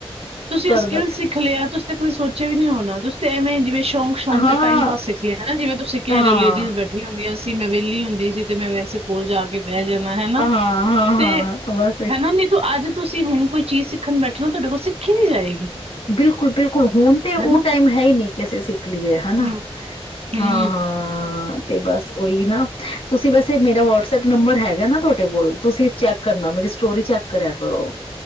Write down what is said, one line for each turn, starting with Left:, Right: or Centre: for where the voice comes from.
Right: ਤੁਸੀਂ
Left: ਕਰਦਾ
Right: ਇਹ ਸਕਿੱਲ ਸਿੱਖ ਲਿਆ ਤੁਸੀਂ ਸੋਚਿਆ ਵੀ ਨਹੀਂ ਹੋਣਾ ਤੁਸੀ ਤਾ ਐਵੇਂ ਜਿਵੇ ਸ਼ੌਂਕ-ਸ਼ੌਕ
Left: ਹਾਂ
Right: ਤੇ ਟਾਈਮ ਪਾਸ ਸਿੱਖ ਲਿਆ, ਹਨਾ ਜਿਵੇ ਤੁਸੀਂ ਕਿਹ
Left: ਹਾਂ
Right: ਰਹੇ ਹੋ ਲੇਡੀਜ਼ ਬੈਠੀਆ ਹੁੰਦੀਆਂ ਸੀ। ਮੈਂ ਵਿਹਲੀ ਹੁੰਦੀ ਸੀ ਤੇ ਮੈਂ ਵੈਸੇ ਕੋਲ ਜਾ ਕੇ ਬਹਿ ਜਾਣਾ, ਹਨਾ
Left: ਹਾਂ-ਹਾਂ-ਹਾਂ
Right: ਤੇ
Left: ਬਸ
Right: ਹਨਾ ਨੀਤੂ ਅੱਜ ਤੁਸੀਂ ਹੁਣ ਕੋਈ ਚੀਜ਼ ਸਿੱਖਣ ਬੈਠੋ ਨਾ ਤੁਹਾਡੇ ਕੋਲ ਸਿੱਖੀ ਨੀ ਜਾਏਗੀ।
Left: ਬਿਲਕੁਲ-ਬਿਲਕੁਲ, ਹੁਣ ਤੇ ਉਹ
Right: ਹਨਾ
Left: ਟਾਈਮ ਹੈ ਹੀ ਨਹੀਂ ਕਿ ਅਸੀਂ ਸਿੱਖ ਲਈਏ ਹਨਾ
Right: ਹੂੰ ਹੂੰ
Left: ਹਾਂ-ਹਾਂ ਤੇ ਬਸ ਓਹੀ ਨਾ, ਤੁਸੀਂ ਵੈਸੇ ਮੇਰਾ ਵਟਸਐਪ ਨੰਬਰ ਹੈਗਾ ਨਾ ਤੁਹਾਡੇ ਕੋਲ, ਤੁਸੀਂ ਚੈੱਕ ਕਰਨਾ ਮੇਰੀ ਸਟੋਰੀ ਚੈੱਕ ਕਰਿਆ ਕਰੋ